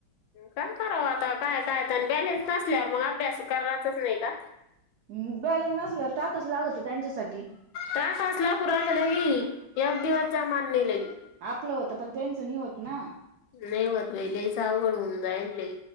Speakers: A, on the left; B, on the right.
A: काय करावं आता, काय-काय आणि बॅलेन्स नसल्यावर मग अभ्यास कराचच नही का?
B: म बॅलन्स नसल्यावर टाकावाच लागतो त्यांच्यासाठी.
A: तासास <unintelligible> लागू राहील लगी एक दिवस जमान नही लगी.
B: आपलं होतं पण, त्यांचं नही होत ना.
A: नाही होत बई, लईच अवघड होऊन जायेल, ले.